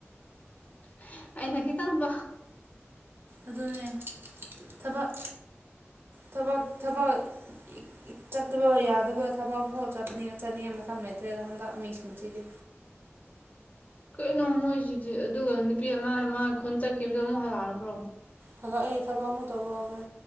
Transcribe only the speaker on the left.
<unintelligible> ꯑꯩꯅ ꯈꯤꯇꯪ <unintelligible>
ꯀꯩꯅꯣ ꯃꯣꯏꯁꯤꯗꯤ ꯑꯗꯨꯒ ꯅꯨꯄꯤ ꯑꯃꯥ ꯃꯥꯅ ꯈꯨꯟ ꯆꯠꯈꯤꯕꯗꯣ ꯑꯃꯨꯛ ꯍꯜꯂꯛꯑꯕ꯭ꯔꯣ